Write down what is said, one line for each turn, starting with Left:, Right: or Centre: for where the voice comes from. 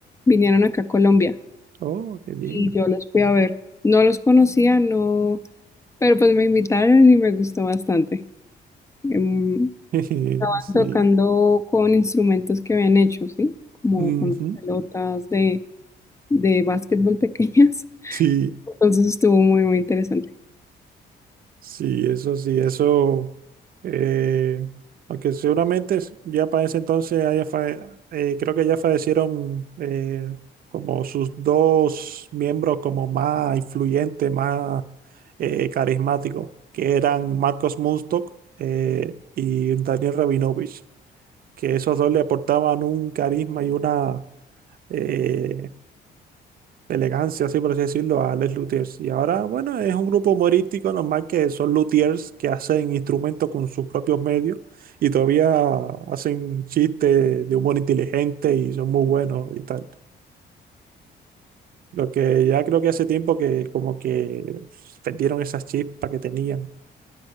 Left: vinieron acá a Colombia
Right: Oh, qué bien.
Left: y yo los fui a ver. No los conocía, no, pero pues me invitaron y me gustó bastante. Em,
Right: <laughs> Sí.
Left: tocando con instrumentos que habían hecho, ¿sí? Como
Right: Ujú.
Left: con pelotas de, de básquetbol <laughs> pequeñas.
Right: Sí.
Left: Entonces estuvo muy, muy interesante.
Right: Sí, eso sí, eso, eh, aunque seguramente es- ya para ese entonces haya fae- eh, creo que ya fallecieron eh, como sus dos miembros como más influyentes, más eh, carismáticos, que eran Marcos Munstock eh, y Daniel Rabinovich, que esos dos le aportaban un carisma y una eh, elegancia, así por así decirlo, a Les Luthiers. Y ahora, bueno, es un grupo humorístico normal que son luthiers que hacen instrumentos con sus propios medios y todavía hacen chistes de humor inteligente y son muy buenos y tal. Lo que ya creo que hace tiempo que como que perdieron esas chispas que tenían.